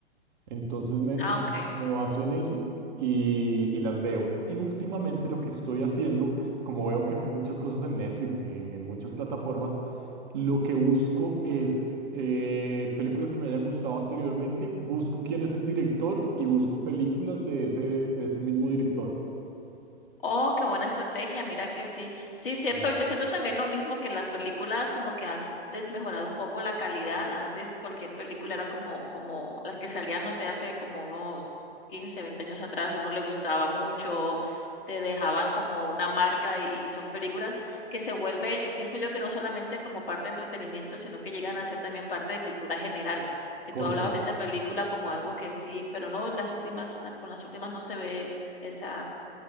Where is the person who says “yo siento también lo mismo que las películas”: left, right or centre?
Left